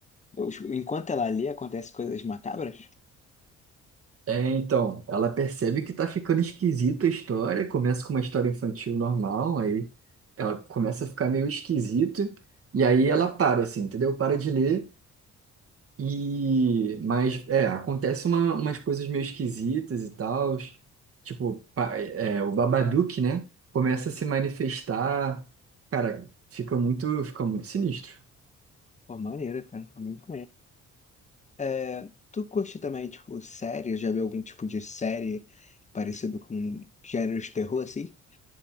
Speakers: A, on the left (about 25°); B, on the right (about 50°).
A: os- Enquanto ela lê, acontecem coisas macabras?
B: É, então, ela percebe que tá ficando esquisita a história, começa com uma história infantil normal, aí ela começa a ficar meio esquisito, e aí ela para, assim, entendeu? Para de ler, e... Mas, é, acontece uma, umas coisas meio esquisitas e tal, tipo, pa- é, o Babadook, né, começa a se manifestar, cara, fica muito, fica muito sinistro.
A: Pô, maneiro, cara. Foi Muito É, tu curte também, tipo, série? Já viu algum tipo de série parecido com gênero de terror, assim?